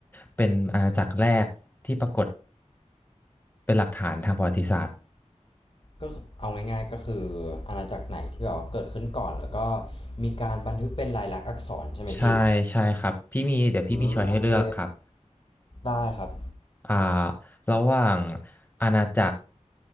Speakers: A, on the left; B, on the left.
A: เป็นอาณาจักรแรกที่ปรากฏเป็นหลักฐานทางประวัติศาสตร์
B: ก็เอาง่ายๆก็คืออาณาจักรไหนที่แบบว่าเกิดขึ้นก่อนแล้วก็มีการบันทึกเป็นลายลักษณ์อักษรใช่ไหมพี่
A: ใช่ใช่ครับพี่มีเดี๋ยวพี่มีช้อยให้เลือกครับ
B: อืมโอเคได้ครับ
A: อ่าระหว่างอาณาจักร